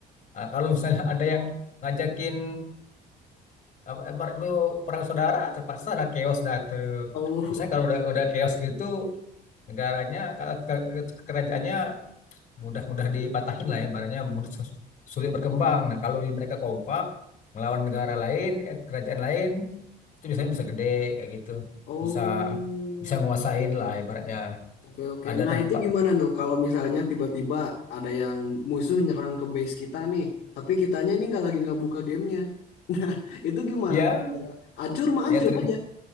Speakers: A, on the left; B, on the left.
A: eh, kalau misalnya <laughs> ada yang ngajakin apa ibarat itu perang saudara, terpaksa ada chaos dah tuh.
B: oh,
A: Misalnya kalau udah udah chaos gitu negaranya, kalau ke- kerajaannya mudah-mudah dipatahin lah ya, ibaratnya mudah sus- sulit berkembang. Nah, kalau mereka kompak melawan negara lain, eh, kerajaan lain, itu biasanya bisa gede kayak gitu,
B: oh.
A: bisa bisa nguasain lah ibaratnya.
B: Oke, oke.
A: Ada
B: Nah,
A: tempat
B: itu gimana tuh kalau misalnya tiba-tiba ada yang musuh nyerang ke base kita nih, tapi kitanya ini nggak lagi nggak buka gamenya. <laughs> Nah, itu gimana
A: ya
B: kira-kira? Ancur mah
A: ya
B: ancur
A: ter,
B: aja.